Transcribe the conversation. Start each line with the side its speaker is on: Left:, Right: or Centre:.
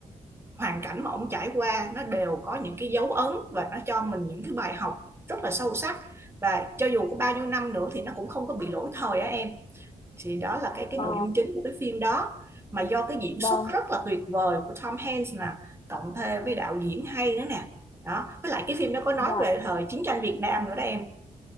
Right: hoàn cảnh mà ông trải qua nó đều có những cái dấu ấn và nó cho mình những cái bài học rất là sâu sắc và cho dù có bao nhiêu năm nữa thì nó cũng không có bị lỗi thời á em thì đó là cái cái
Left: ờ,
Right: nội dung chính của cái phim đó mà do cái diễn
Left: vâng
Right: xuất rất là tuyệt vời của Tom Hanks nè cộng thêm với đạo diễn hay nữa nè đó với lại cái phim đó có nói
Left: Dạ,
Right: về thời chiến tranh Việt Nam nữa đó em